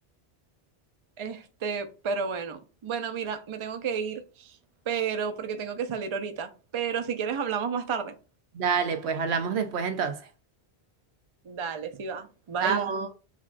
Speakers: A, on the right; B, on the right.
A: Este, pero bueno. Bueno, mira, me tengo que ir, pero porque tengo que salir ahorita. Pero si quieres hablamos más tarde.
B: Dale, pues hablamos después entonces.
A: Dale, sí va. Bye.
B: Chao.